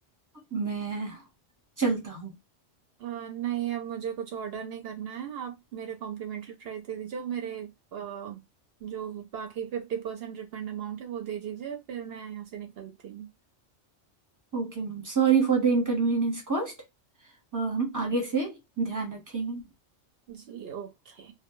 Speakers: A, on the right (about 20°); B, on the right (about 60°).
A: मैं चलता हूँ
B: अ, नहीं अब मुझे कुछ ऑर्डर नहीं करना है आप मेरे कॉम्प्लीमेंट्री प्राइस दे दीजिए और मेरे अ, जो बाकी फिफ्टी परसेंट रिफंड अमाउंट है वो दे दीजिए फिर मैं यहाँ से निकलती हूँ
A: Okay ma'am sorry for the inconvenience cost हम आगे से ध्यान रखेंगे
B: जी ओके